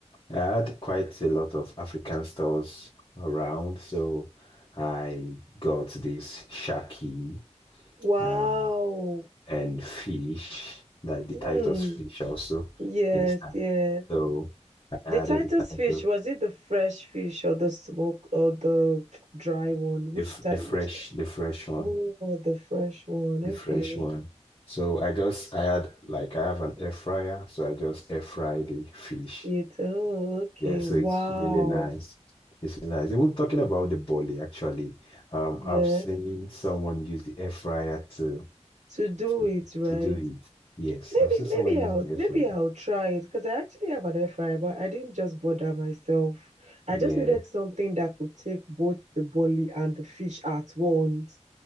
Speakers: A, on the left; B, on the right.
A: I had quite a lot of African stores around, so I got this shaki
B: wow.
A: um, and fish, like the
B: Mm,
A: Titus fish also,
B: yes,
A: you understand?
B: yes.
A: So I
B: The
A: added
B: Titus
A: the Titus,
B: fish, was it the fresh fish or the smoke or the dry one? Which
A: the, f-
B: type,
A: the fresh,
B: which
A: the fresh one,
B: Oh, the fresh one.
A: the
B: Okay.
A: fresh one. So I just, I had like, I have an air fryer, so I just air fry the fish.
B: It, oh, okay.
A: Yeah, so
B: Wow.
A: it's really nice. It's really nice. Even talking about the boli, actually, um,
B: Yeah.
A: I've seen someone use the air fryer to
B: To do
A: to
B: it right.
A: to do it. Yes,
B: Maybe,
A: I've seen
B: maybe
A: someone use
B: I'll,
A: the
B: maybe
A: air fryer.
B: I'll try it because I actually have an air fryer, but I didn't just bother myself. I
A: Yeah,
B: just needed something that could take both the bully and the fish at once.